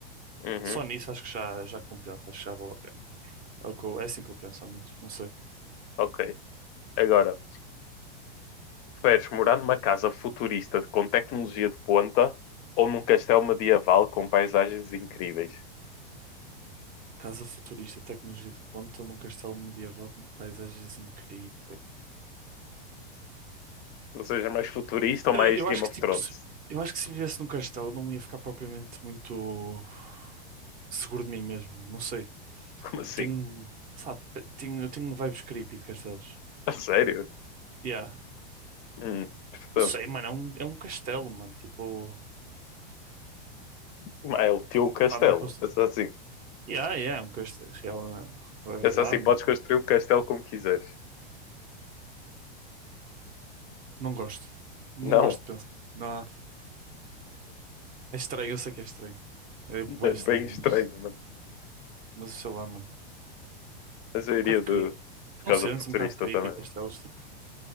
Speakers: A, on the left; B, on the right.
A: Uhum.
B: Só nisso acho que já, já compensa, acho que já vale a pena. É, o que eu- é assim que eu penso, ao menos, não sei.
A: Ok. Agora, preferes morar numa casa futurista com tecnologia de ponta ou num castelo medieval com paisagens incríveis?
B: Casa futurista, tecnologia de ponta num castelo medieval com paisagens incríveis.
A: Ou seja, mais futurista
B: Sinceramente,
A: ou mais
B: eu
A: Game
B: acho
A: of
B: que tipo,
A: Thrones?
B: se- eu acho que se vivesse num castelo eu não ia ficar propriamente muito. seguro de mim mesmo, não sei.
A: <laughs> Como assim?
B: Eu tenho, sabe, tenho, eu tenho vibes creepy de castelos.
A: A sério?
B: Yeah.
A: Hum, portanto,
B: Não sei, mano, é um, é um castelo, mano, tipo,
A: mas é o teu
B: pá,
A: castelo.
B: pá, não consigo.
A: Pensa assim.
B: Yeah, yeah, é um castelo, é real, é é verdade,
A: Pensa assim, podes
B: mas tipo,
A: construir o castelo como quiseres.
B: não gosto. Não
A: Não,
B: gosto de pensar. Não, é estranho, eu sei que é estranho. É bué
A: É
B: estranho,
A: bem estranho,
B: mas,
A: mano.
B: mas sei lá, mano, um
A: Mas eu iria
B: bocado
A: de,
B: creepy.
A: de
B: Não
A: Casa
B: sentes
A: Futurista
B: um bocado creepy
A: também,
B: castelos,
A: mano.
B: tipo,